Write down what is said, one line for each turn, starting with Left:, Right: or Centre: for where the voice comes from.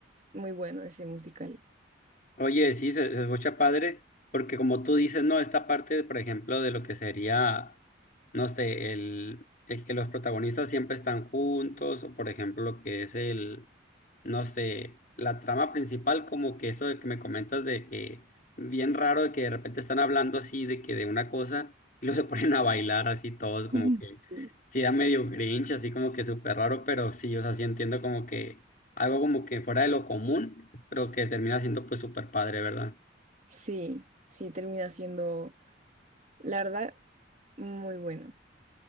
Right: muy bueno ese musical.
Left: Oye, sí, se, se escucha padre, porque como tú dices, no, esta parte, por ejemplo, de lo que sería, no sé, el, el que los protagonistas siempre están juntos, o por ejemplo, lo que es el, no sé, la trama principal, como que eso de que me comentas de que bien raro de que de repente están hablando así de que de una cosa y luego se <laughs> ponen a bailar así todos, como
Right: Ujú.
Left: que
Right: Sí,
Left: sí da medio grinch, así como que súper raro, pero sí, o sea, sí entiendo como que algo como que fuera de lo común, pero que termina siendo pues súper padre, ¿verdad?
Right: sí, sí, termina siendo, la verdad, muy bueno.